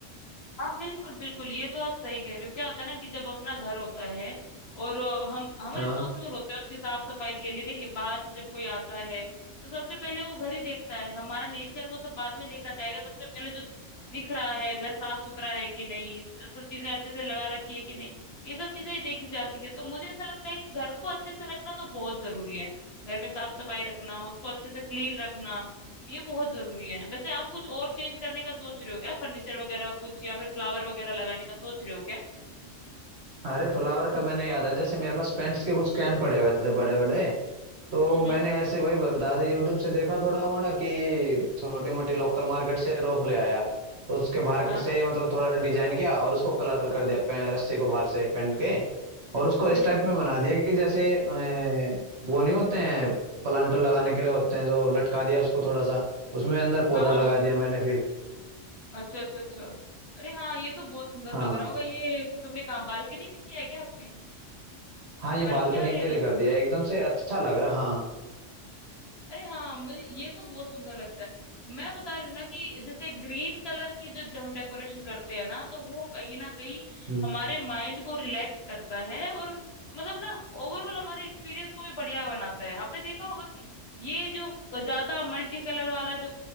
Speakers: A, on the left (about 55°); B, on the right (about 60°).
A: हाँ बिल्कुल बिल्कुल ये तो आप सही कह रहे हो क्या होता है ना कि जब अपना घर होता है और अ, हम हम
B: हाँ
A: रिस्पॉन्सिबल होते हैं उसकी साफ सफाई के लिए देखिए बाहर से जब कोई आता है तो सबसे पहले वो घर ही देखता है हमारा नेचर वो सब बाद में देखा जाएगा सबसे पहले जो दिख रहा है घर साफ सुथरा है कि नहीं सब चीजें अच्छे से लगा रखी है कि नहीं ये सब चीजें ही देखी जाती है तो मुझे ऐसा लगता है कि घर को अच्छे से रखना तो बहुत जरूरी है घर में साफ सफाई रखना उसको अच्छे से क्लीन रखना ये बहुत जरूरी है वैसे आप कुछ और चेंज करने का सोच रहे हो क्या फर्नीचर वगैरह कुछ या फिर फ्लावर वगैरह लगाने का सोच रहे हो क्या
B: अरे फ्लावर का मैंने याद आया जैसे मेरे पास पेंट्स के कुछ कैन पड़े हुए थे बड़े बड़े तो
A: हम्म
B: मैंने
A: हम्म,
B: ऐसे वही बता दिया यूट्यूब से देखा थोड़ा मोड़ा कि छोटी मोटी लोकल मार्केट से रोप ले आया तो उसके बाहर
A: हाँ
B: से मतलब थोड़ा डिजाइन किया और उसको कलर कर दिया पे- रस्सी को बाहर से पेंट के और उसको
A: हम्म
B: इस टाइप में बना दिया कि जैसे अ, वो नहीं होते हैं प्लांटर लगाने के लिए होते हैं जो लटका दिया उसको थोड़ा सा उसमें अंदर पौधा
A: हाँ हाँ
B: लगा
A: हाँ
B: दिया मैंने फिर
A: अच्छा अच्छा अच्छा अरे हाँ ये तो बहुत सुंदर
B: हाँ
A: लग रहा होगा ये तुमने कहा बालकनी में किया है क्या आपने
B: हाँ ये
A: बालकनी
B: बालकनी
A: वाले
B: के
A: एरिया
B: लिए कर दिया एकदम से अच्छा लग रहा हाँ
A: अरे हाँ मुझे ये तो बहुत सुंदर लगता है मैं बता रही हूँ ना कि जैसे ग्रीन कलर की जो हम डेकोरेशन करते हैं ना तो वो कहीं ना कहीं
B: हम्म
A: हमारे माइंड को रिलैक्स करता है और मतलब ना ओवरऑल हमारे एक्सपीरियंस को भी बढ़िया बनाता है आपने देखा होगा कि ये जो ज्यादा मल्टी कलर वाला जो